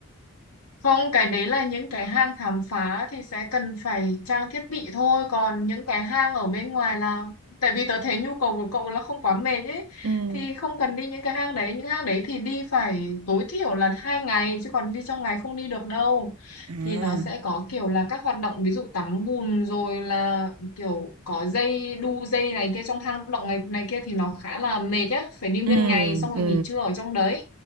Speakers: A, on the left; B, on the right.
A: Không, cái đấy là những cái hang khám phá thì sẽ cần phải trang thiết bị thôi. Còn những cái hang ở bên ngoài là... Tại vì tớ thấy nhu cầu của cậu là không quá mệt ấy.
B: ừ
A: Thì không cần đi những cái hang đấy. Những hang đấy thì đi phải tối thiểu là hai ngày. Chứ còn đi trong ngày không đi được đâu.
B: à
A: Thì nó sẽ có kiểu là các hoạt động ví dụ tắm bùn rồi là kiểu có dây đu dây này kia trong hang động này, này kia thì nó khá là mệt á. Phải đi nguyên
B: ừ
A: ngày xong rồi
B: ừ
A: nghỉ trưa ở trong đấy